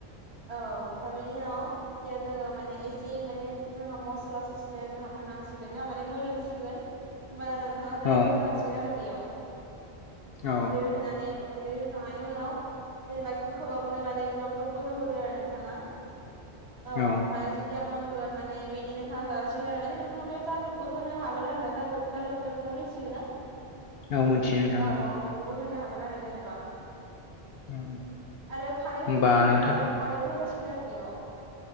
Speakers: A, on the right; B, on the left.
A: औ ओमफ्राय बेनि उनाव जेथिया जोङो माने एसे माने जोंहा मस्ला सस्लाया जोंहा मोनामसिगोन ना माने मोदोमसिगोन होमबा नोंथाङा
B: औ
A: दै होनो हासिगोन आरो बेयाव
B: औ
A: दै होनानै दै होखांनायनि उनाव जेनै बाइकखौ खोबाबनो माने ग्लब ग्लब होदो होदो आरो नोंथाङा औ
B: औ
A: ओमफ्राय जथिया मोनगोन माने बिदि नोंथाङा जागासिगोन आरो माने नोंथाङा बेयाव जालुकबो होनो हागोन आरो ना जालु जालुखौ जानुफ्रा मिथियोना
B: औ मिथियो नोंथां
A: औ औ बेखौबो होनो हागोन आरो जेनेबा
B: औ
A: आरो खारै
B: होमबा
A: होनोबा नोंथाङा
B: नोंथां
A: खारैबो होजासिगोन आरो बेयाव